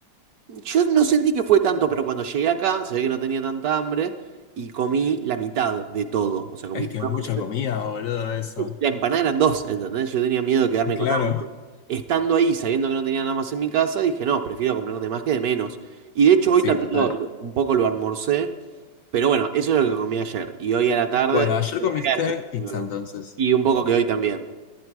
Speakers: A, on the right; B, on the left.
A: yo no sentí que fue tanto, pero cuando llegué acá, se ve que no tenía tanta hambre y comí la mitad de todo. O sea, comí
B: Es que es
A: una
B: mucha
A: porción
B: comida,
A: de...
B: boludo, eso.
A: La empanada eran dos, ¿entendés? Yo tenía miedo de quedarme
B: Claro.
A: con hambre. Estando ahí, sabiendo que no tenía nada más en mi casa, dije, no, prefiero comprar de más que de menos. Y de hecho
B: Sí,
A: hoy también
B: total.
A: lo- lo- un poco lo almorcé pero bueno, eso es lo que comí ayer. Y hoy a la tarde.
B: Bueno, ayer comiste
A: Eso.
B: pizza entonces.
A: Y un poco que hoy también.